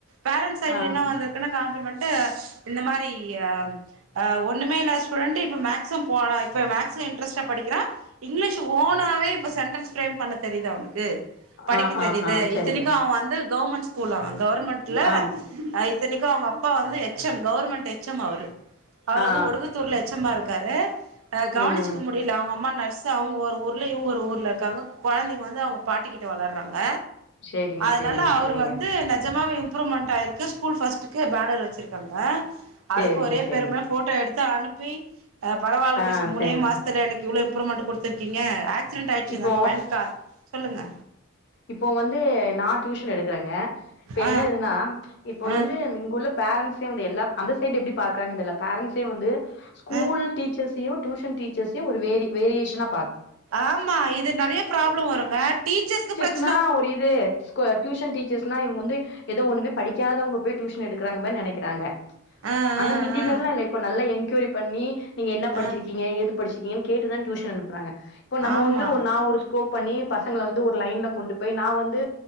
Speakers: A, on the right; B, on the left.
A: பேரன்ஸ் சைடுல
B: ஆ
A: என்ன வந்திருக்குன்னா காம்ப்ளிமெண்ட் இந்த மாரி் அ ஒண்ணுமே இல்லா ஸ்டுடென்ட் இப்ப மேக்ஸ்சு போடா இப்ப மேக்ஸ்சு இன்டரெஸ்டா படிக்கிறா இங்கிலீஷ் ஓனாவே இப்ப சென்டன்ஸ் பிரேம் பண்ண தெரிதா உனக்கு படிக்க
B: ஆ
A: தெரிது
B: ஆ ஆ சரிங்க
A: இத்தினைக்கும் அவ வந்து கவர்மெண்ட் ஸ்கூல் அவன் கவர்மெண்ட்ல
B: ஆம்.
A: ஆ இத்தனிக்கும் அவங்க அப்பா வந்து H M government H M அவரு அவர்
B: ஆ ஆ
A: ஒடுகுத்தூர்ல எச் எம் ஆ இருக்காரு கவனிச்சுக்க
B: ம்
A: முடில அவுங்க அம்மா நர்ஸ் அவுங்க ஒரு ஊரல இவுங்க ஒரு ஊரல இருக்காங்க குழந்தைங்க வந்து அவங்க பாட்டிக்கிட்ட வளறாங்க
B: சேரிங்க
A: அதனால
B: சேரிங்க
A: அவரு
B: சேரிங்க
A: வந்து நஜமாவே இம்ப்ரூவ்மெண்ட் ஆய்ருக்கு ஸ்கூல் பஸ்டுக்கு பேனர் வச்சிருக்காங்க
B: சேரிங்க
A: அதுக்கு ஒரே
B: சேரிங்க
A: பெரும போட்டோ எடுத்து அனுப்பி பரவால்ல
B: ஆ
A: மிஸ் மூனே
B: சரிங்க
A: மாசத்துல எனக்கு இவ்ளோ இம்ப்ரூவ்மெண்ட் குடுத்துருக்கிங்க ஆக்சிடெண்ட் ஆய்டுச்சிங்க
B: இப்போ
A: அந்த பயலுக்கா சொல்லுங்க
B: இப்போ வந்து நா டியூஷன் எடுக்கறேங்க இப்ப என்ன
A: ஆ
B: எதுன்னா இப்போ
A: ஆ
B: வந்து இங்க உள்ள பேரெண்ஸ்சே வந்து எல்லா அந்த சைடு எப்டி பாக்குறாங்கனு தெர்ல பேரண்ஸே வந்து ஸ்கூல்
A: ஆ
B: டீச்சர்ஸையும் டியூஷன் டீச்சர்ஸையும் ஒரு வேரி வேரியேஷன
A: ஆமா இது நெறைய ப்ராப்ளம் வருங்க டீச்சர்ஸ்கு பிரச்
B: என்னா ஒரு இது டியூசன் டீச்சர்ஸ்னா இவங்க வந்து எதோ ஒண்ணமே படிக்காதவங்க போய் டியூன் எடுக்கறாங்கன்னனு நெனைக்கிறாங்க
A: ஆ ஆ
B: ஆனா மிந்தி மாதிரில்லாம் இல்ல இப்ப நல்லா என்கோயரி பண்ணி நீங்க என்ன படிச்சிருக்கீங்க
A: ஆ ஆ
B: ஏது படிச்சுறிக்கிங்க கேட்டுதா டியூஷன் அனுப்புறாங்க இப்ப நம்ம
A: ஆமா
B: வந்து நா ஒரு ஸ்கோப் பண்ணி பசங்கள வந்து ஒரு லைன்ல கொண்டு போய் நா வந்து